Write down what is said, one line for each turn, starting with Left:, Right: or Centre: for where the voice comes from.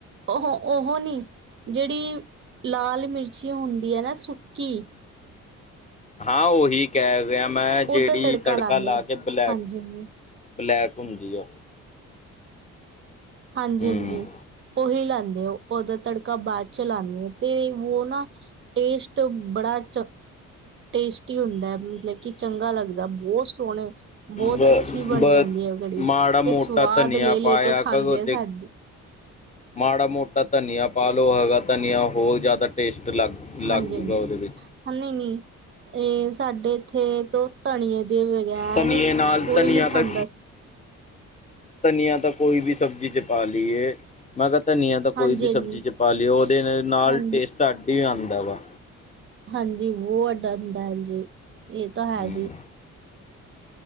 Right: ਉਹ ਉਹ ਨੀ ਜਿਹੜੀ ਲਾਲ ਮਿਰਚੀ ਹੁੰਦੀ ਹੈ ਨਾ ਸੁੱਕੀ
Left: ਹਾਂ ਉਹੀ ਕੈ ਰਿਹਾ ਮੈਂ ਜਿਹੜੀ
Right: ਉਹਦਾ
Left: ਤੜਕਾ
Right: ਲਾਉਂਦੇ
Left: ਲਾ
Right: ਆ
Left: ਕੇ ਬਲੈਕ
Right: ਹਾਂਜੀ ਹਾਂਜੀ
Left: ਬਲੈਕ ਹੁੰਦੀ ਆ
Right: ਹਾਂਜੀ
Left: ਹੂੰ
Right: ਹਾਂਜੀ ਉਹੀ ਲਾਉਦੇ ਆ ਉਹਦਾ ਤੜਕਾ ਬਾਅਦ ਚ ਲਉਂਦੇ ਆ ਤੇ ਉਹ ਨਾ ਟੇਸਟ ਬੜਾ ਚੱਕ ਟੇਸਟੀ ਹੁੰਦਾ ਮਤਲਬ ਕਿ ਚੰਗਾ ਲੱਗਦਾ ਬਹੁਤ ਸੋਹਣੇ ਬਹੁਤ
Left: ਬ
Right: ਅੱਛੀ ਬਣ
Left: ਬ
Right: ਜਾਂਦੀ ਹੈ ਉਹ ਘੜੀ
Left: ਮਾੜਾ ਮੋਟਾ
Right: ਤੇ ਸਵਾਦ
Left: ਧਨੀਆ
Right: ਲੈ ਲੈ
Left: ਪਾਇਆ
Right: ਕੇ
Left: ਕਦੋਂ
Right: ਖਾਂਦੇ
Left: ਦੇਖ
Right: ਆ ਸਾਡੀ
Left: ਮਾੜਾ ਮੋਟਾ ਧਨੀਆ ਪਾਾਲੋ ਹੈਗਾ ਧਨੀਆ ਹੋ ਜਾਂਦਾ ਟੇਸਟ ਅਲੱਗ ਲੱਗ
Right: ਹਾਂਜੀ-ਹਾਂਜੀ
Left: ਜੂਗਾ ਉਹਦੇ ਵਿੱਚ
Right: ਨਈ-ਨਈ ਇਹ ਸਾਡੇ ਇੱਥੇ ਤੋਂ ਧਨੀਏ ਦੇ ਬਗੈਰ
Left: ਧਨੀਏ
Right: ਕੋਈ
Left: ਨਾਲ ਧਨੀਆ
Right: ਨੀ ਖਾਂਦਾ
Left: ਤਾਂ
Right: ਸੀ
Left: ਧਨੀਆਂ ਤਾਂ ਕੋਈ ਵੀ ਸਬਜ਼ੀ ਚ ਪਾ ਲਈਏ ਮੈਂ ਕਿਹਾ ਧਨੀਆ
Right: ਹਾਂਜੀ-ਹਾਂਜੀ-ਹਾਂਜੀ।
Left: ਤਾਂ ਕੋਈ ਵੀ ਸਬਜ਼ੀ ਚ ਪਾ ਲਿਓ ਉਹਦੇ ਨਾਲ
Right: ਹਾਂ ਹਾਂਜੀ
Left: ਟੇਸਟ ਅਡ ਹੀ ਆਉਂਦਾ ਵਾ
Right: ਹਾਂਜੀ ਬਹੁ ਵੱਡਾ ਹੁੰਦਾ ਹੈਾ ਜੀ ਇਹ ਤਾਂ ਹੈ
Left: ਹਮ
Right: ਜੀ